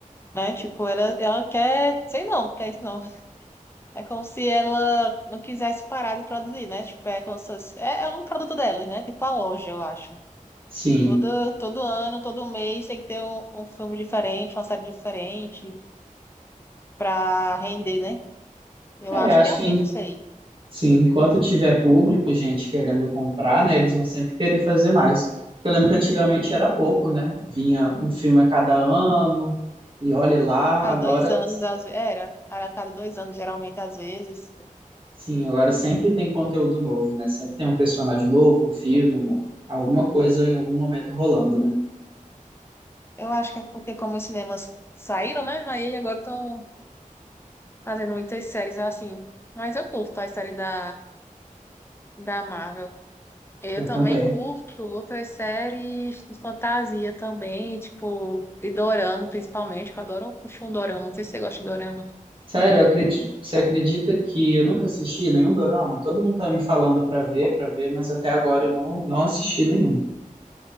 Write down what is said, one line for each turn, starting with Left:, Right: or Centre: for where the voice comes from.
Left: né? Tipo, ela, ela quer, sei não, quer isso não. É como se ela não quisesse parar de produzir, né? Tipo, é como se fosse- é, é um produto delas, né? Tipo a loja, eu acho.
Right: Sim,
Left: Todo, todo ano, todo mês tem que ter um, um filme diferente, uma série diferente. para render, né? Eu
Right: é,
Left: acho
Right: eu acho
Left: que é assim,
Right: que em-
Left: não sei.
Right: sim, enquanto tiver público, gente querendo comprar, né, eles vão sempre querer fazer mais. Eu lembro que antigamente era pouco, né? Vinha um filme a cada ano, e olhe lá,
Left: Cada
Right: agora
Left: dois anos, às vezes, era, era cada dois anos, geralmente, às vezes.
Right: sim, agora sempre tem conteúdo novo, né? Sempre tem um personagem novo, um filme, um- alguma coisa em algum momento rolando, né?
Left: Eu acho que é porque como os cinemas saíram, né? Aí agora estão fazendo muitas séries assim. Mas eu curto as séries da, da Marvel. Eu
Right: Eu
Left: também
Right: também.
Left: curto outras séries de fantasia também, tipo, de dorama, principalmente, que eu adoro puxar um dorama. Não sei se você gosta de dorama.
Right: Sério, eu acredi- você acredita que eu nunca assisti nenhum dorama? Todo mundo tá me falando pra ver, pra ver, mas até agora eu não, não assisti nenhum.